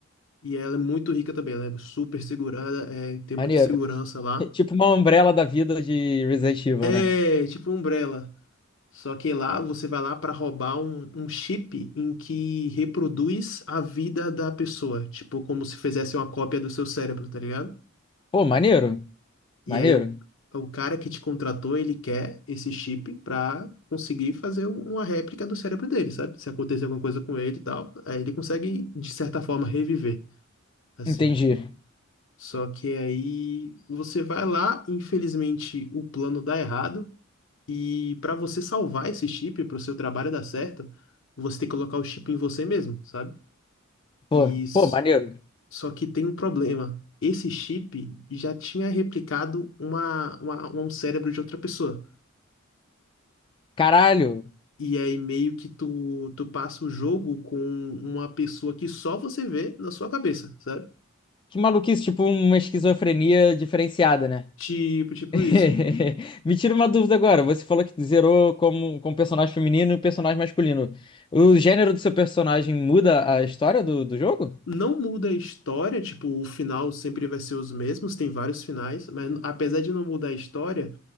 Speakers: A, on the left; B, on the left.
A: E ela é muito rica também, ela é super segurada, é, tem muita
B: Maneiro.
A: segurança lá.
B: <laughs> Tipo uma Umbrella da vida de Resident Evil,
A: É
B: né?
A: tipo um Umbrella. Só que lá você vai lá para roubar um, um chip em que reproduz a vida da pessoa. Tipo, como se fizesse uma cópia do seu cérebro, tá ligado?
B: Pô, maneiro.
A: E
B: Maneiro.
A: aí o, o cara que te contratou, ele quer esse chip pra conseguir fazer um- uma réplica do cérebro dele, sabe? Se acontecer alguma coisa com ele e tal, aí ele consegue, de certa forma, reviver, assim.
B: Entendi.
A: Só que aí você vai lá, infelizmente o plano dá errado, e para você salvar esse chip, para o seu trabalho dar certo, você tem que colocar o chip em você mesmo, sabe?
B: Pô,
A: E s-
B: pô, maneiro.
A: só que tem um problema. Esse chip já tinha replicado uma, uma- um cérebro de outra pessoa.
B: Caralho.
A: E aí meio que tu, tu passa o jogo com uma pessoa que só você vê na sua cabeça, sabe?
B: Que maluquice, tipo uma esquizofrenia diferenciada, né?
A: Tipo, tipo
B: <laughs>
A: isso.
B: Me tira uma dúvida agora. Você falou que zerou como, como personagem feminino e personagem masculino. O gênero do seu personagem muda a história do, do jogo?
A: Não muda a história, tipo, o final sempre vai ser os mesmos, tem vários finais, mas apesar de não mudar a história,